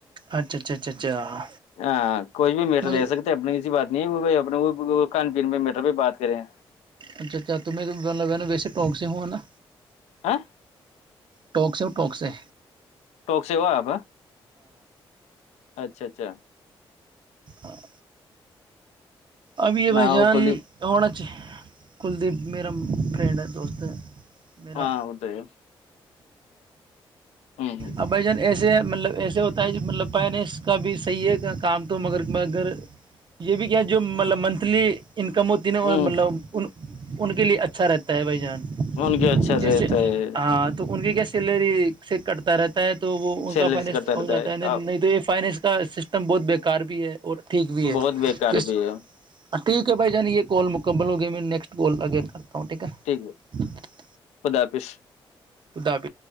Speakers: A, on the right (about 45°); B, on the left (about 85°).
A: اچھا اچھا اچھا اچھا
B: ہاں کوئی بھی میٹ
A: مگر
B: لے سکتے اپنی ایسی بات نہیں وہ اپ ک میں بھی بات کریں
A: اچھا اچھا ت توم میں نا ویسے ٹونک سے ہوںا نا
B: ہاں
A: ٹوکسٹ پک سےے
B: ٹوک سے ہو آپ اچھا اچھا
A: اور اب یہ
B: نہ
A: بھائی جان
B: وہ کلدیپ
A: ہونا چاہے کلدیپ میرا فرینڈ ہے دوست میرا
B: ہاں وہ تو ہے ہ
A: ا بھ جان ایسے مطلب ایسے ہوتا ہے مطلب پائے نہیں اس کا بھی صحیح ہے کا کام تو مگر مگر یہ بھی کیا جو مطلب منتھلی انکم ہوتی نا
B: ہ
A: مطلب ان ان کے لیے اچھا رہتا ہے بھائی جان
B: ان کے اچھا
A: جیسے
B: رہتا ہے
A: ہاں تو ان کے کیس چلری سیک کٹتا رہ ہے تو وہ ان
B: سیلری
A: کا فائنس
B: سے کرتا
A: ہو
B: رہتا
A: جاتا ہے نہیں
B: آپ
A: تو یہ فائنس کا سسٹم بہت بکار بھی ہے اور ٹھیک بھی ہے
B: بہت بیکار
A: جس
B: بھی ہے
A: ٹھیک ہے بھائی جان یہ کال مک کبل ہو گے میں نیکسٹ <unintelligible>
B: ٹھیک ہے خدا حافظ
A: اداب